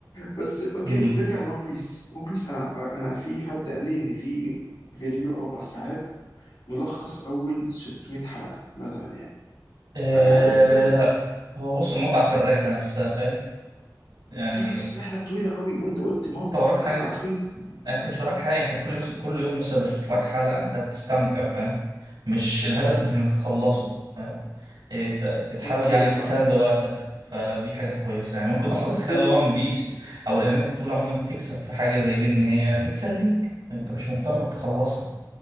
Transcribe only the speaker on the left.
بس اوكي
نرجع لون بيس ون بيس انا انا في حد قال لي ان في فيديو اربع ساعات ملخص اول 600 حلقه مثلا يعني
أه، هل انت فاهم
ايوه بس رحله طويله قوي وانت قلت مط
أ- أ- اصلا
اوكي
صح
جود
بوينت